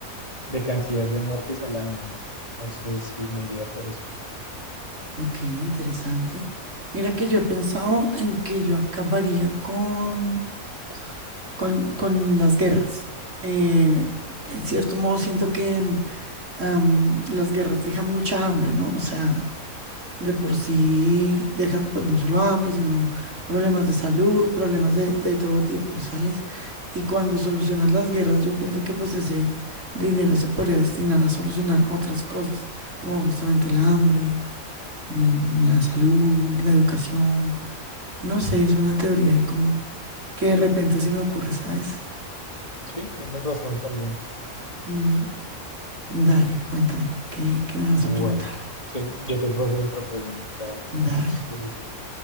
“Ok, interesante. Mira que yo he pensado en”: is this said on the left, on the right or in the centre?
Right